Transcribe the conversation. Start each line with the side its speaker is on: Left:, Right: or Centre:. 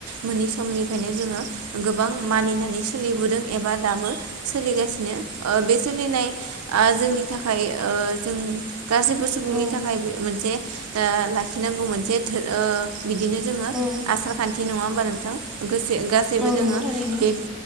Right: मोननि समनिफ्रायनो जोङो गोबां मानिनानै सोलिबोदों एबा दाबो सोलिगासिनो ओ बे सोलिनाय जोंनि थाखाय ओ जों गासैबो सुबुंनि
Centre: औ
Right: थाखाय मोनसे ओ लाखिनांगौ मोनसे ओ बिदिनो जोङो
Centre: औ
Right: आसार खान्थि नङा होमबा नों गासैबो
Centre: औ
Right: जोङो
Centre: नंगौ थारैनो
Right: बे